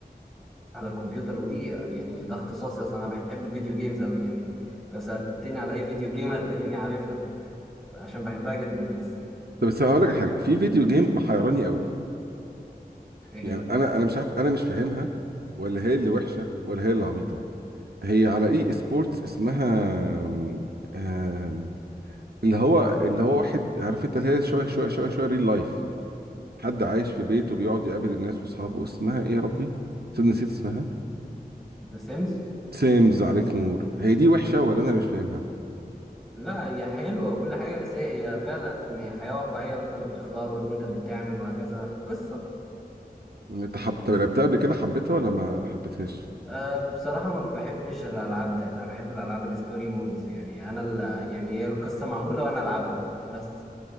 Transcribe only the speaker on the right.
طب بس هقول لك على حاجه في فيديو جيم محيراني
يعني
انا انا مش عارف انا مش فاهمها ولا هي اللي وحشه ولا هي اللي عبيطه هي على اي سبورتس اسمها آم، آم، اللي هو اللي هو واحد عارف انت اللي هي شويه شويه شويه شويه ريل لايف حد عايش في بيته بيقعد يقابل الناس واصحابه اسمها ايه يا ربي صدق نسيت اسمها
سيمز عليك نور هي دي وحشه ولا انا اللي مش فاهمها
انت حب... طب لعبتها قبل كده حبيتها ولا ما حبيتهاش